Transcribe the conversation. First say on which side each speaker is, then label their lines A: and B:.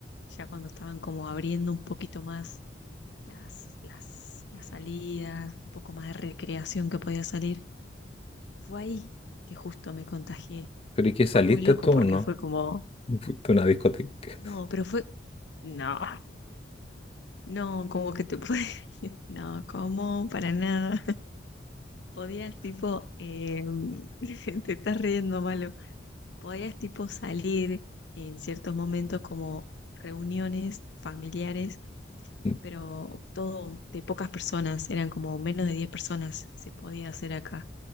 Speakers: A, on the left (about 70°); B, on the left (about 30°).
A: ya cuando estaban como abriendo un poquito más las, las, las salidas, un poco más de recreación que podía salir, fue ahí que justo me contagié.
B: ¿Pero y qué
A: Fue
B: saliste
A: muy loco
B: tú
A: porque
B: o no?
A: fue como,
B: <laughs> Fuiste a una discoteca.
A: no, pero fue, no, no, como que te puede, <laughs> no, como, para nada. Podías tipo, eh, <laughs> te estás riendo, malo. Podías tipo salir en ciertos momentos como reuniones familiares,
B: <laughs>
A: pero todo de pocas personas, eran como menos de 10 personas se podía hacer acá,